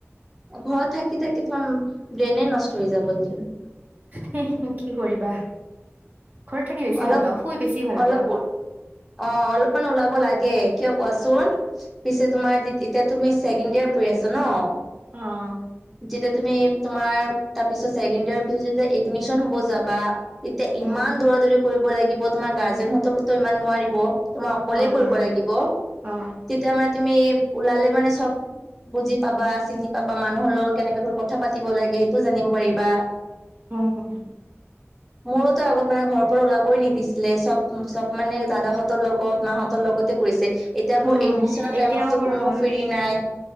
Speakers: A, in the centre; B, on the right.
A: ঘৰত থাকি থাকি তোমাৰ ব্ৰেইনে নষ্ট হৈ যাব নেকি।
B: হে হে কি কৰিবা? ঘৰত থাকি বেছি
A: অলপ
B: ভাল পাওঁ শুই বেছি ভাল
A: অলকূৰ।
B: পাওঁ
A: অ অ, অলপমান ওলাব লাগে কিয় কোৱাচোন? পিছে তোমাৰ তিত এতিয়া তুমি ছেকেণ্ড ইয়াৰ পঢ়ি আছা ন।
B: অ অ অ
A: যেতিয়া তুমি তোমাৰ তাৰপিছত ছেকেণ্ড ইয়াৰৰ পিছত যেতিয়া এডমিশন হ'ব যাবা। তেতিয়া ইমান
B: উম
A: দৌৰা দৌৰি কৰিব লাগিব। তোমাৰ গাৰ্জেনহততো ইমান নোৱাৰিব? তোমাৰ অকলে
B: অ
A: কৰিব
B: নোৱাৰিম
A: লাগিব,
B: অ
A: তেতিয়া মানে তুমি ওলালে মানে চব বুজি পাবা, চিনি পাবা, মানুহৰ লগত কেনেকে ধৰ কথা পাতিব লাগে, সেইটো জানিব পাৰিবা।
B: উম।
A: মোৰোতো আগত মানে ঘৰ পৰা ওলাবই নিদিছিলে চব চব মানে দাদাহঁতৰ লগত মাহঁতৰ লগতে কৰিছে। এতিয়া
B: উম
A: মোৰ এডমিচনৰ
B: এতিয়াও
A: টাইমতো
B: কৰো
A: কোনো
B: মই
A: ফ্ৰী নাই।